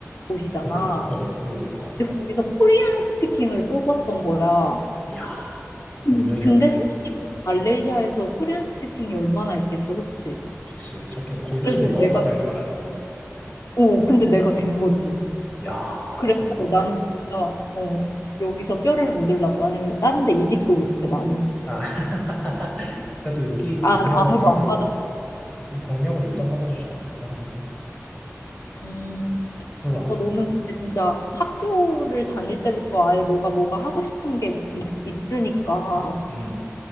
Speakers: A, on the left (about 75°); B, on the left (about 20°).
A: 곳이잖아.
B: 그러, 어, 그러니까.
A: 근데 거기서 코리안 스피킹을 뽑았던 거야.
B: 이야,
A: 음.
B: 운명이었네.
A: 근데 솔직히 말레이시아에서 코리안 스피킹이 얼마나 있겠어, 그치?
B: 그치. 찾기, 거기다
A: 그래서
B: 심지어 영어까지
A: 내가,
B: 할 줄 알아야 될 거 아니야.
A: 어, 근데 내가 된 거지.
B: 야,
A: 그래서
B: 대박.
A: 나는 진짜, 어, 여기서 뼈를 묻으려고. 아니면 다른 데 이직도 못해, 나는.
B: 아, <laughs> 그래도 여기 경력을,
A: 아, 아무도 안 받아줘.
B: 이 경력을 인정받아주지 않을까, 다른 데서?
A: 음.
B: 몰라.
A: 어, 너는 근데 진짜 학교를 다닐 때부터 아예 너가 뭐가 하고 싶은 게 있, 있으니까
B: 음, 음.